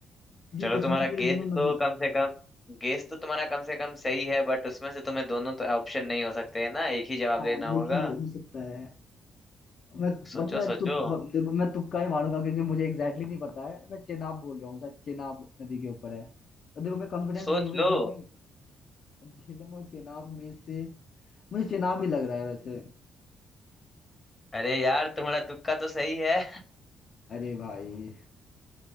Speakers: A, on the left; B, on the left.
A: क्योंकि
B: चलो
A: कश्मीर
B: तुम्हारा
A: में ये
B: गेस
A: दोनों
B: तो
A: नदी
B: कम से कम गेस तो तुम्हारा कम से कम सही है बट उसमें से तुम्हें दोनों तो ऑप्शन नहीं हो सकते है ना एक ही जवाब
A: हाँ
B: देना होगा
A: एक ही हो सकता है मैं
B: सोचो
A: बट मैं
B: सोचो
A: तुक ब- देखो मैं तुक्का ही मारूंगा क्योंकि मुझे एग्जैक्टली नहीं पता है मैं चेनाब बोल रहा हूँ शायद चेनाब नदी के ऊपर है तो देखो मैं कॉन्फिडेंस
B: सोच
A: नहीं हूँ झेलम
B: लो
A: झेलम और चेनाब में से मुझे चेनाब ही लग रहा है वैसे
B: अरे यार तुम्हारा तुक्का तो सही है
A: अरे भाई